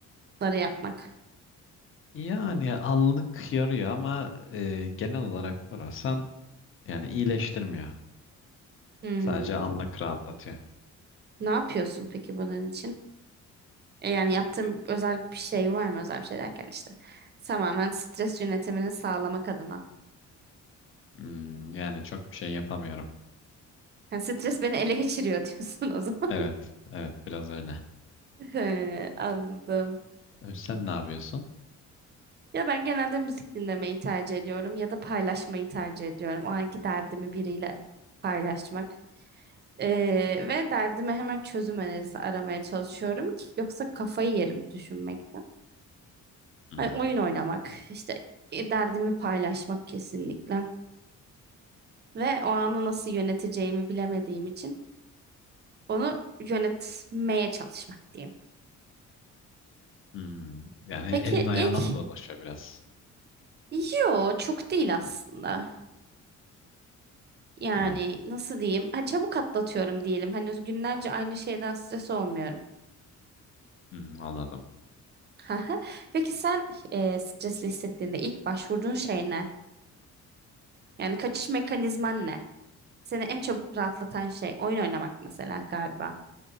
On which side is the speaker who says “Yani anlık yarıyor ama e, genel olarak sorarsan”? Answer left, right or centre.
Left